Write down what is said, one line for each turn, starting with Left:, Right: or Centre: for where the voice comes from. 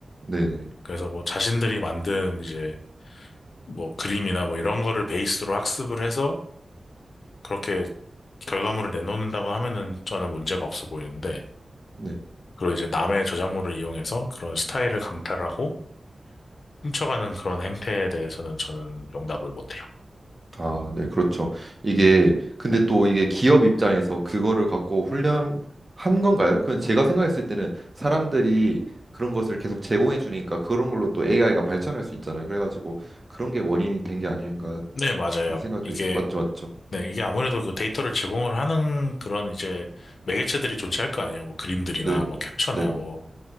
Right: 네네.
Left: 그래서 뭐 자신들이 만든 이제 뭐 그림이나 뭐 이런 거를 베이스로 학습을 해서 그렇게 결과물을 내놓는다고 하면은 저는 문제가 없어 보이는데,
Right: 네.
Left: 그리고 이제 남의 저작물을 이용해서 그런 스타일을 강탈하고 훔쳐가는 그런 행태에 대해서는 저는 용납을 못해요.
Right: 아, 네, 그렇죠. 이게, 근데 또 이게 기업 입장에서 그거를 갖고 훈련한 건가요? 그건 제가 생각했을 때는 사람들이 그런 것을 계속 제공해 주니까 그런 걸로 또 AI가 발전할 수 있잖아요. 그래가지고 그런 게 원인이 된 게 아닌가
Left: 네, 맞아요.
Right: 싶은 생각도
Left: 이게
Right: 있어요. 맞죠, 맞죠.
Left: 네, 이게 아무래도 그 데이터를 제공을 하는 그런 이제 매개체들이 존재할 거 아니에요. 뭐 그림들이나
Right: 네네,
Left: 뭐 캡처나
Right: 네네.
Left: 뭐